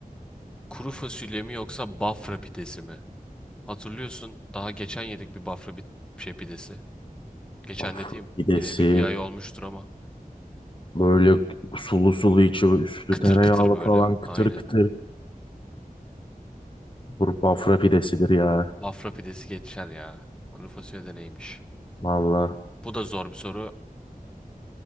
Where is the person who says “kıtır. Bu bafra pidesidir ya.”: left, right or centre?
Left